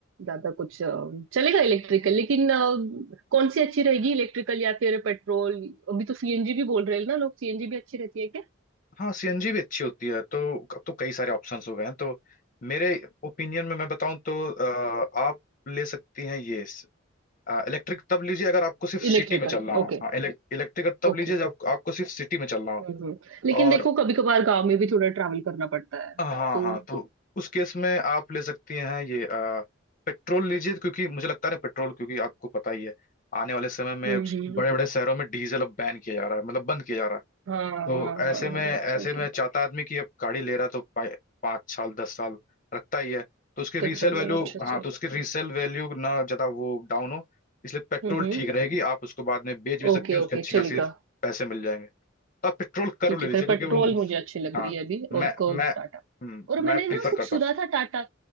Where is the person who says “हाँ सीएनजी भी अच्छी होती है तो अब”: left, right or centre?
Left